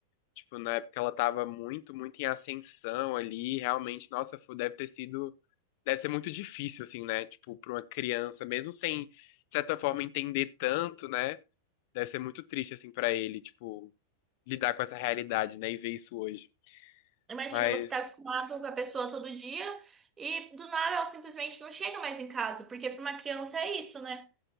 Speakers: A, on the left (about 50°); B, on the right (about 20°).
A: Tipo, na época ela tava muito, muito em ascensão ali. Realmente, nossa, foi- deve ter sido. Deve ser muito difícil, assim, né? Tipo, pra uma criança, mesmo sem, de certa forma, entender tanto, né? Deve ser muito triste, assim, pra ele, tipo, lidar com essa realidade, né? E ver isso hoje.
B: Imagina,
A: Mas,
B: você tá acostumado com a pessoa todo dia e do nada ela simplesmente não chega mais em casa, porque pra uma criança é isso, né?